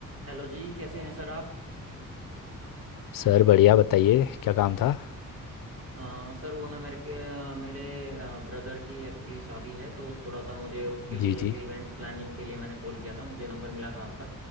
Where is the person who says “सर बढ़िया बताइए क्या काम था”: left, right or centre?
Left